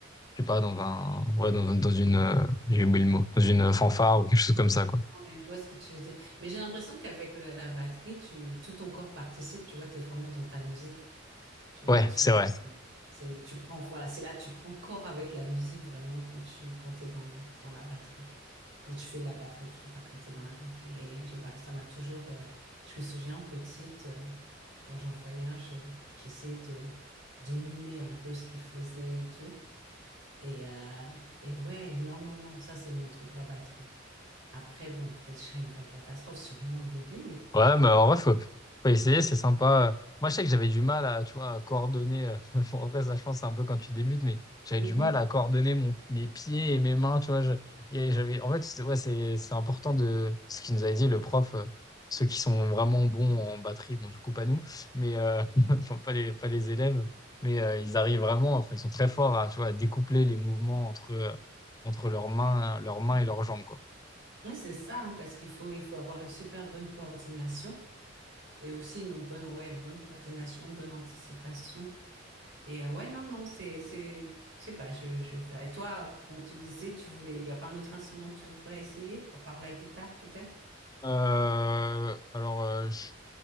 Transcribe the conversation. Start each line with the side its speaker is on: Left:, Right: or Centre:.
Left: je sais pas, dans un, ouais, dans, dans une, euh, j'ai oublié le mot, dans une fanfare ou quelque chose comme ça, quoi.
Right: ouais, je vois ce que tu veux dire. Mais j'ai l'impression qu'avec la, la batterie, tu... tout ton corps participe. Tu vois, tu es vraiment dans ta musique. Tu vois,
Left: Ouais,
Right: tu...
Left: c'est vrai.
Right: C'est, tu prends, voilà, c'est là, tu prends corps avec la musique vraiment quand tu quand t'es dans, dans la batterie. Quand tu fais de la batterie, plutôt pas quand tu es dans la batterie. Et je sais pas, ça m'a toujours. euh, je me souviens petite, euh, quand j'en voyais un, je, j'essayais de, de mimer un peu ce qu'il faisait et tout. Et, euh, et ouais, non, non, non, ça c'est mon truc, la batterie. Après, bon, peut-être je serais une vraie catastrophe, sûrement au début, mais
Left: Ouais, mais
Right: faut
Left: en
Right: que-
Left: vrai, faut, faut essayer,
Right: <laughs>
Left: c'est sympa. Euh, Moi, je sais que j'avais du mal à, tu vois, à coordonner. euh, <laughs> bon, après, ça, je pense, c'est un peu quand tu débutes, mais j'avais
Right: Mhm.
Left: du mal à coordonner mon, mes pieds et mes mains, tu vois. Je, et j'avais, en fait, c'est- ouais, c'est, c'est important de ce qu'il nous avait dit, le prof, euh, ceux qui sont vraiment bons en batterie, bon, du coup, pas nous, mais euh, <laughs> enfin, pas les, pas les élèves, mais euh, ils arrivent vraiment, enfin, ils sont très forts à, tu vois, à découpler les mouvements entre, euh, entre leurs mains, leurs mains et leurs jambes, quoi.
Right: Oui, c'est ça, hein, parce qu'il faut, il faut avoir une super bonne coordination et aussi une bonne, ouais, bonne coordination, bonne anticipation. Et euh, ouais, non, non, c'est, c'est, je sais pas, je, je vais faire. Et toi, bon, tu disais, tu voulais, il n'y a pas un autre instrument que tu voudrais essayer, à part la guitare, peut-être?
Left: Euh, alors, euh, je,